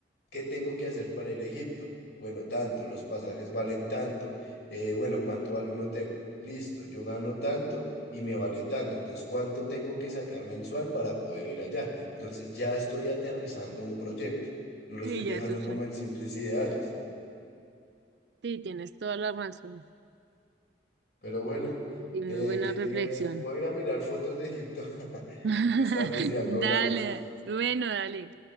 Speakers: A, on the left; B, on the right.
A: ¿Qué tengo que hacer para ir a Egipto? Bueno, tanto, los pasajes valen tanto. Eh, bueno, ¿cuánto vale un hotel? Listo, yo gano tanto y me vale tanto. Entonces, ¿cuánto tengo que sacar mensual para poder ir allá? Entonces, ya estoy aterrizando un proyecto. No lo estoy
B: Sí,
A: dejando
B: ya eso es.
A: como en simples ideales.
B: Sí, tienes toda la razón.
A: Pero bueno,
B: Y muy
A: eh,
B: buena
A: ¿qué
B: reflexión.
A: te iba a decir? Voy a ir a mirar fotos de Egipto <laughs>
B: <laughs>
A: y más tarde si algo hablamos.
B: Dale, bueno, dale.